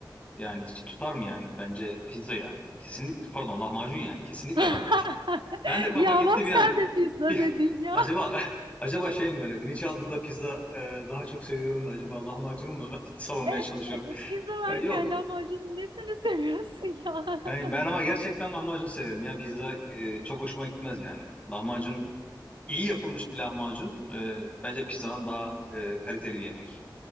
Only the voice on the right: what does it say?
<laughs>
Ya
bak
sen
de pizza
dedin
ya.
<laughs>
Evet,
pizza varken
lahmacunun nesini seviyorsun ya?
<laughs>